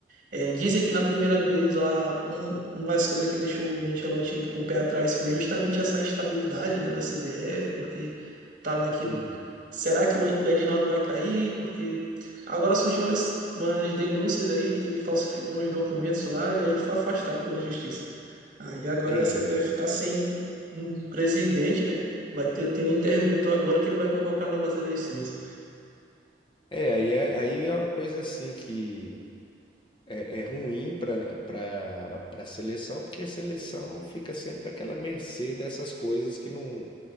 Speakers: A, on the right; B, on the left.
A: É, dizem que na primeira vez lá, um- uma das coisas que deixou o Ancelotti com o pé atrás foi justamente essa instabilidade, né, da CBF, porque tava aquilo.
B: Hum,
A: Será que o An- o Edinaldo vai cair? Porque agora surgiu umas, umas denúncias aí de que ele falsificou uns documentos lá e aí ele foi afastado pela justiça. Aí agora
B: eita.
A: a CBF está sem um presidente, né? Vai ter, tem um interventor agora que ele vai convocar novas eleições.
B: É, aí é, aí é uma coisa assim que é, é ruim para para para seleção, porque a seleção fica sempre àquela mercê dessas coisas que não